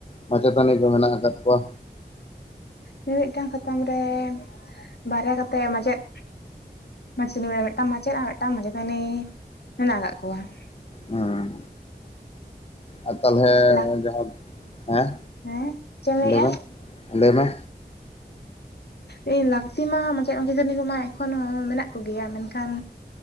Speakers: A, on the left (about 35°); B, on the left (about 75°).
A: ᱢᱟᱪᱮᱛᱟᱹᱱᱤ ᱠᱚ ᱢᱮᱱᱟᱜ ᱟᱠᱟᱫ ᱠᱚᱣᱟ?
B: ᱢᱤᱢᱤᱫᱴᱟᱝ ᱥᱟᱛᱟᱢ ᱨᱮᱱ ᱵᱟᱨᱭᱟ ᱠᱟᱛᱮᱫ ᱢᱟᱪᱮᱫ ᱢᱟᱡᱮᱛᱟᱱᱤ <unintelligible> ᱢᱤᱫᱴᱟᱝ ᱢᱟᱪᱮᱫ ᱟᱨ ᱢᱤᱫᱴᱟᱝ ᱢᱟᱪᱮᱛᱟᱹᱱᱤ ᱢᱮᱱᱟᱜ ᱟᱠᱟᱜ ᱠᱚᱣᱟ ᱾
A: ᱦᱮᱸ ᱟᱨ ᱛᱟᱦᱚᱞᱮ
B: ᱞᱟᱠ
A: ᱡᱟᱦᱟᱸ, ᱦᱮᱸ
B: ᱦᱮᱸ ᱪᱮᱫ ᱮᱢ ᱞᱟᱹᱭᱮᱜ-ᱟ?
A: ᱞᱟᱹᱭ ᱢᱮ ᱞᱟᱹᱭ ᱢᱮ᱾
B: ᱟᱹᱭ ᱞᱟᱹᱠᱛᱤ ᱢᱟ ᱢᱟᱪᱮᱫ ᱢᱟᱪᱮᱛᱟᱹᱱᱤ ᱠᱚ ᱢᱟ ᱮᱠᱷᱚᱱ ᱦᱚᱸ ᱢᱮᱱᱟᱜ ᱠᱚ ᱜᱮᱭᱟ ᱢᱮᱱᱠᱷᱟᱱ